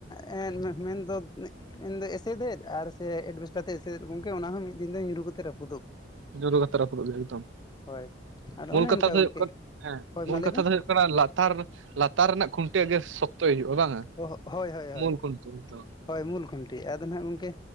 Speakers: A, on the left; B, on the right.
A: <inaudible> ᱢᱮᱱᱫᱚ ᱤᱧᱫᱚ ᱮᱥᱮᱫᱮᱫ ᱟᱨ ᱥᱮ ᱮᱥᱯᱮᱥᱴᱟᱨ ᱛᱮ ᱮᱥᱮᱫ ᱜᱚᱝᱠᱮ ᱚᱱᱟ ᱦᱚᱸᱚᱸ ᱢᱤᱫ ᱫᱤᱱ ᱫᱚ ᱧᱩᱨᱩ ᱠᱟᱛᱮ ᱨᱟᱯᱩᱫ
B: ᱧᱩᱨᱩ ᱨᱟᱹᱯᱩᱚᱜ ᱜᱮᱭᱟ ᱮᱠᱫᱚᱢ
A: ᱦᱳᱭ ᱟᱫᱚ
B: ᱢᱩᱞ
A: ᱚᱱᱮ
B: ᱠᱟᱛᱷᱟ
A: ᱚᱱᱠᱟ
B: ᱫᱚ
A: ᱜᱚᱢᱠᱮ
B: ᱦᱩᱭᱩᱜ ᱠᱟᱱᱟ ᱦᱮᱸ
A: ᱦᱳᱭ
B: ᱢᱩᱞ
A: ᱢᱟ ᱞᱟᱹᱭᱵᱮᱱ
B: ᱠᱟᱛᱷᱟ ᱫᱚ ᱦᱩᱭᱩᱜ ᱠᱟᱱᱟ ᱞᱟᱛᱟᱨ ᱞᱟᱛᱟᱨ ᱨᱮᱱᱟᱜ ᱠᱷᱩᱱᱴᱤᱟᱹ ᱜᱮ ᱥᱚᱠᱛᱚᱭ ᱦᱩᱭᱩᱜᱼᱟ ᱵᱟᱝᱟ᱾
A: ᱦᱳᱭ ᱦᱳᱭ ᱦᱳᱭ
B: ᱢᱩᱞ ᱠᱷᱩᱱᱴᱤ ᱫᱚ
A: ᱦᱳᱭ ᱢᱩᱞ ᱠᱷᱩᱱᱴᱤ ᱟᱫᱚ ᱦᱟᱜ ᱜᱚᱝᱠᱮ